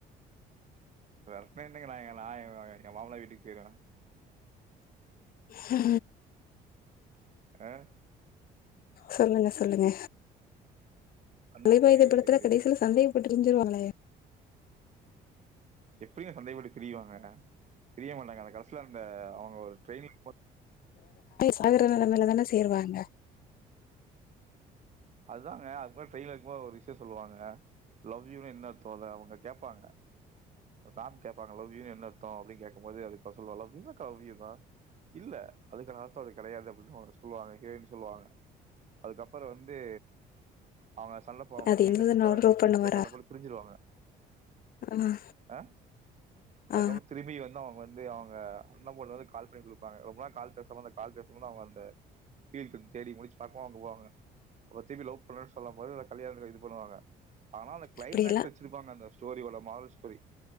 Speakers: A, on the right; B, on the left.
A: <unintelligible> எ மாமனார் வீட்டுக் போய்ருவ
B: ஹ
A: ஆ?
B: சொல்லுங்க சொல்லுங்க
A: அந்த
B: அலைவாயுதே
A: மாதிரி ஒரு-
B: படத்துல கடேசில சந்தேகப்பட்டு பிரிஞ்சிருவாங்களே
A: எப்டிங்க சந்தேகப்பட்டு பிரிவாங்க பிரிய மாட்டாங்க அந்த கத சில அந்த அவ்ங்க ஒரு ட்ரெயின்ல <inaudible>
B: சாகுற நெலமைல தான சேருவாங்க
A: அதுதாங்க அதுக்பர் ட்ரெயின்ல இருக்கும் போது ஒரு விஷ்யோ சொல்லுவாங்க லவ் யூ னு என்ன அர்த்தோனு அவுங்க கேப்பாங்க ராம் கேப்பாங்க லவ் யூனு என்ன அர்த்தோ அப்டினு கேக்கும் போது அதுக்கு அவா சொல்லுவா லவ் யூ னா லவ் யூ தா இல்ல அதுக்கு நான் அர்த்தோ அது கடையாது அப்டினு சொல்லுவாங்க ஹீரோயினி சொல்லுவாங்க அதுக்கப்பறோ வந் ந்து அவ்ங்க சண்ட போடும் போது
B: அது
A: வீட்ல
B: இருந்ததுனோட
A: செட் ஆகாதுனு
B: ப்ரூவ்
A: சொல்லி
B: பண்ணுவாரா
A: பேசுல சண்ட போட்டு பிரிஞ்சிருவாங்க
B: ஆ
A: அ அதுக்கப்புறோ
B: ஆ
A: திரும்பி வந்து அவங்க வந்து அவங்க அண்ணம் பொண்ணு வந்து கால் பண்ணி குடுப்பாங்க ரொம்ப நாள் கால் பேசாம அந்த கால் பேசும்போது அவங்க அந்த <unintelligible> தேடி முடுச்சு பாப்போ அவங்கோ அவுங்க போங்கப்ப திருப்பி லவ் பண்றன் சொல்லும் போது அது கல்யாண இது பண்ணுவாங்க ஆனா அந்த கிளைமேக்ஸ்
B: இப்டியெல்லா
A: வெச்சுருப்பாங்க அந்த ஸ்டோரி உள்ள மால்ஸ் சேரி